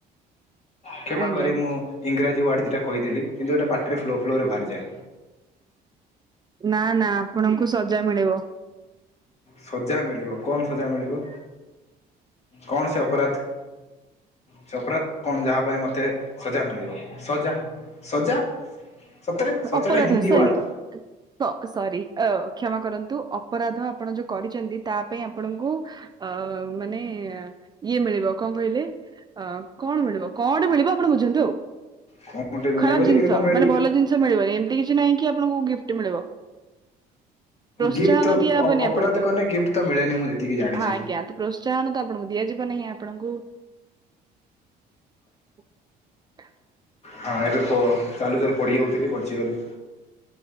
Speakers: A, on the left; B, on the right.
A: କ୍ଷମା
B: ଆଜ୍ଞା
A: କରିବେ, ମୁଁ ଇଂରାଜୀ ୱାର୍ଡ ଦିଟା କହିଦେଲି। କିନ୍ତୁ ଏଇଟା ପାଟିରେ ଫ୍ଲୋ ଫ୍ଲୋ ରେ ବାହାରିଯାଏ।
B: ନା ନା ଆପଣଙ୍କୁ ସଜା ମିଳିବ।
A: ସଜା ମିଳିବ, କଣ ସଜା ମିଳିବ? କଣ ସେ ଅପରାଧ, ସେ ଅପରାଧ କଣ ଯାହା ପାଇଁ ମତେ ସଜା ମିଳିବ, ସଜା ସଜା? ସତରେ ସଜାଟା
B: ଅପରାଧ
A: ହିନ୍ଦୀ
B: ସରି
A: ୱାର୍ଡ
B: ତ ସରି ଅ କ୍ଷମା କର ନ୍ତୁ, ଅପରାଧ ଆପଣ ଯୋଉ କରିଛନ୍ତି ତା ପାଇଁ ଆପଣଙ୍କୁ ଅ ମାନେ ଇଏ ମି ମିଳବ କଣ କହିଲେ, ଅ କଣ ମିଳିବ କଣ ମିଳିବ ଆପଣ ବୁଝନ୍ତୁ ଆଉ।
A: କଣ ଗୋଟେ ମିଳିବ
B: ଖରାପ ଜିନିଷ
A: ଯେ କିନ୍ତୁ କଣ ମିଳିବ
B: ମାନେ ଭଲ ଜିନି ଷ ମିଳିବନି, ଏମତି କିଛି ନହିଁ କି ଆପଣଙ୍କୁ ଗିଫ୍ଟ ମିଳିବ। ପ୍ରୋତ୍ସାହନ
A: ଗିଫ୍ଟ ତ
B: ଦିଆହବନି
A: ଅପରାଧ
B: ଆପଣଙ୍କୁ।
A: କଲେ ଗିଫ୍ଟ ତ ମିଳେନି ମୁଁ ଯେତିକି ଜାଣିଛି
B: ହାଁ ଆଜ୍ଞା, ତ ପ୍ରୋତ୍ସାହନ ତ ଆପଣଙ୍କୁ ଦିଆଯିବ ନାହିଁ ଆପଣଙ୍କୁ <unintelligible>
A: ହଁ, ଏବେ କୁହ ଚାଲୁଚାଲୁ ପଡ଼ି ଯାଉଥିଲି ବଞ୍ଚିଗଲି।